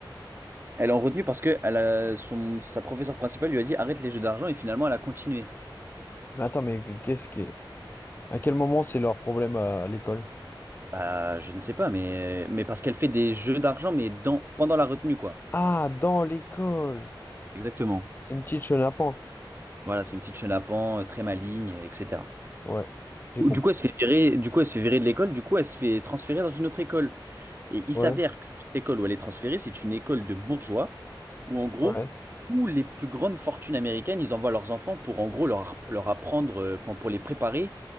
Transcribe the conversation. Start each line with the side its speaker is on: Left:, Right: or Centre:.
Right: Elle est en retenue parce que elle a- son, sa professeure principale lui a dit arrête les jeux d'argent et finalement elle a continué.
Left: Mais attends, mais qu'est-ce qui... est- À quel moment c'est leur problème à, à l'école?
Right: Bah, je ne sais pas, mais, mais parce qu'elle fait des jeux d'argent, mais dans, pendant la retenue, quoi.
Left: Ah, dans l'école!
Right: Exactement.
Left: C'est une petite chenapan.
Right: Voilà, c'est une petite chenapan, euh, très maligne, euh, etc.
Left: Ouais, j'ai
Right: Ou-
Left: compris.
Right: Du coup, elle se fait virer, du coup, elle se fait virer de l'école, du coup, elle se fait transférer dans une autre école. Et il
Left: Ouais,
Right: s'avère que cette école où elle est transférée, c'est une école de bourgeois où, en gros,
Left: ouais.
Right: tous les plus grandes fortunes américaines, ils envoient leurs enfants pour, en gros, leur, leur apprendre, euh, enfin, pour les préparer